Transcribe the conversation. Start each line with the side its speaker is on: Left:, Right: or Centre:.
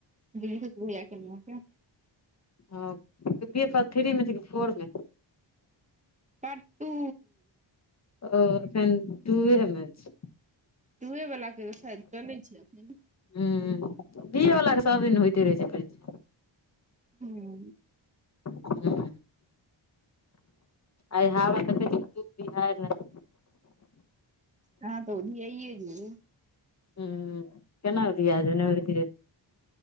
Right: बिलदुत भैया कनिया के
Left: अ बीए पाठ थ्री मे छै कि फोर मे
Right: पाटटू
Left: ओ एखन टूएमे छैय
Right: त उहे बला केलेल छै जनै छीएन।
Left: ह्म दिएवला के सब दिन होइते रहे छै परि
Right: हू।
Left: ह आई हावा देखै छिये बिहाइर रहै।
Right: हँ तऽ उधियाये जेबे।
Left: ह्म केना उधिया जेबे नै उधिये